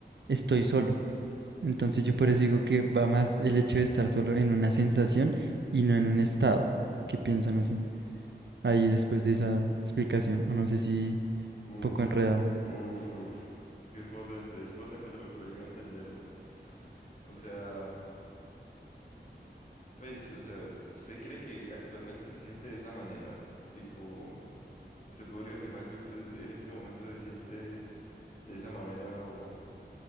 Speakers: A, on the right; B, on the left.
A: estoy solo. Entonces yo por eso digo que va más el hecho de estar solo en una sensación y no en un estado. ¿Qué piensa? No sé. Ahí después de esa explicación, o no sé si un
B: Uf,
A: poco enredado.
B: uf, uf. Es que es potente, es potente, pero, pero llego a entenderlo. O sea, pues, o sea, ¿usted cree que actualmente se siente de esa manera? Tipo, ¿usted podría afirmar que usted en este momento se siente de esa manera o,